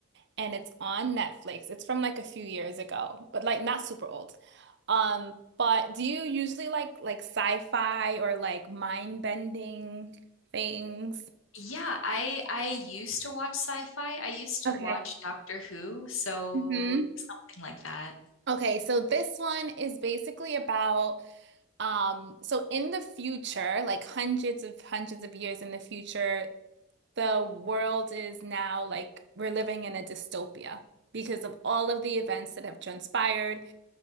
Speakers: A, on the right; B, on the left.
A: and it's on Netflix. It's from like a few years ago, but like not super old. Um, but do you usually like like sci-fi or like mind-bending things?
B: Yeah, I I used to watch sci-fi. I used to
A: Okay.
B: watch Doctor Who, so
A: hmm
B: something like that.
A: Okay, so this one is basically about um so in the future, like hundreds of hundreds of years in the future, the world is now like we're living in a dystopia because of all of the events that have transpired